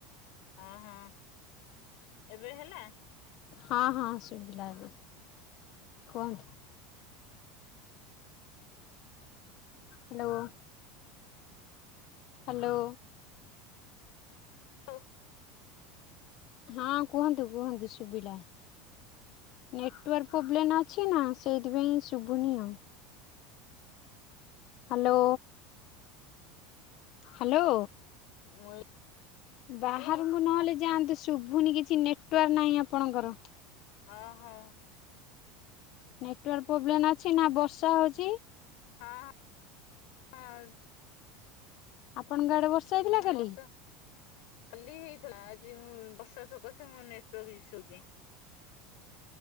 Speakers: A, on the left; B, on the left.
A: ହଁ ହଁ, ଏବେ ହେଲା?
B: ହଁ ହଁ ଶୁଭିଲା ଏବେ, କୁହନ୍ତୁ। ହ୍ୟାଲୋ। ହ୍ୟାଲୋ।
A: ହ
B: ହଁ କୁହନ୍ତୁ କୁହନ୍ତୁ ଶୁଭିଲା ନେଟୱାର୍କ ପ୍ରୋବ୍ଲେମ ଅଛି ନା ସେଇଥିପାଇଁ ଶୁଭୁନି ଆଉ। ହ୍ୟାଲୋ। ହ୍ୟାଲୋ।
A: <unintelligible>
B: ବାହାରକୁ
A: ହ୍ୟାଲୋ
B: ନହେଲେ ଯାଆନ୍ତି। ଶୁଭୁନି କିଛି ନେଟୱାର୍କ ନାହିଁ ଆପଣଙ୍କର।
A: ଓ ହୋ।
B: ନେଟୱାର୍କ ପ୍ରୋବ୍ଲେମ ଅଛି ନା ବର୍ଷା ହଉଛି।
A: ହଁ। ହଁ
B: ଆପଣଙ୍କ ଆଡେ ବର୍ଷା ହେଇଥିଲା
A: ମାନେ
B: କାଲି?
A: ବର୍ଷା କାଲି ହେଇଥିଲା ଆ ଯି ମୁଁ ବର୍ଷା ସକାଶେ ମୋ ନେଟୱାର୍କ ଇସୁଚି।